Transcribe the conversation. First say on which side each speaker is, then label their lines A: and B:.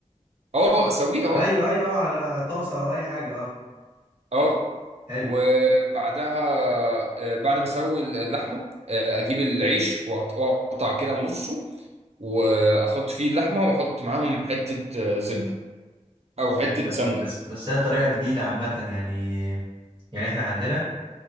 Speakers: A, on the right; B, on the right.
A: اه اسويه اه
B: ايوه ايوه على طاسه او اي حاجه اه
A: اه
B: حلو
A: وبعدها آه، بعد ما اسوي اللحمه آه، اجيب العيش وأقط- واقطع كده نصه واحط فيه اللحمه واحط معاهم حته آه، زبده او حته
B: حلو ده
A: سمنه
B: بس بس هي طريقه جديده عامه يعني يعني احنا عندنا